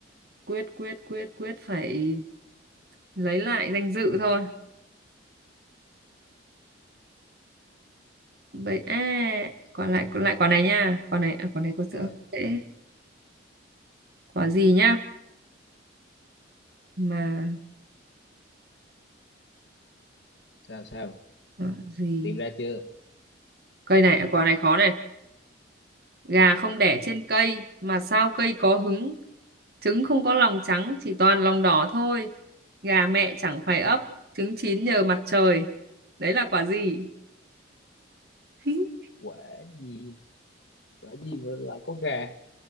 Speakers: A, on the right; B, on the left.
A: quyết quyết quyết quyết phải lấy lại danh dự thôi vậy à, còn lại còn lại quả này nha quả này à, quả này có
B: rồi
A: sự hơi dễ quả gì nhá mà
B: sao sao
A: quả gì
B: tìm ra chưa
A: cây này à, quả này khó này gà không đẻ trên cây mà sao cây có hứng trứng không có lòng trắng chỉ toàn lòng đỏ thôi gà mẹ chẳng phải ấp trứng chín nhờ mặt trời đấy là quả gì <laughs>
B: quả nhiên quả nhiên mà lại có gà